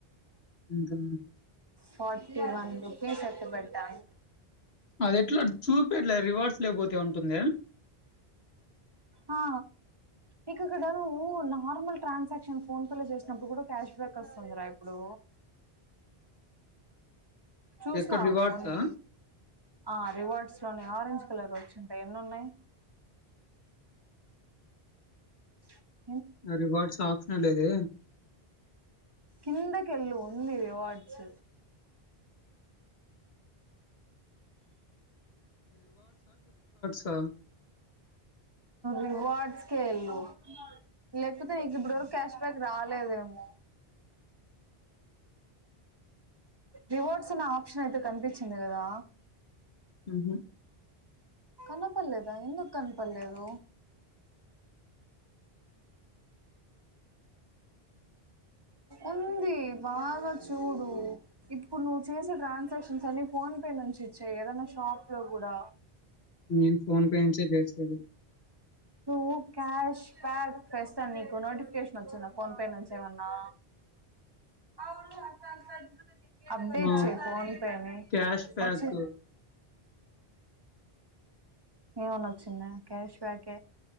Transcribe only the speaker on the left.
ఇంకా
అది ఎట్లా చూపట్లేదు రివర్డ్స్ లోకిపోతే ఉంటుంద
ఎక్కడ రివార్డ్సా?
రివార్డ్స్ ఆప్షన్ లేదు
క
<inaudible>
నేను ఫోన్ పే ఏం చే చేసది
ఆ!
క్యాష్
బ్యాక్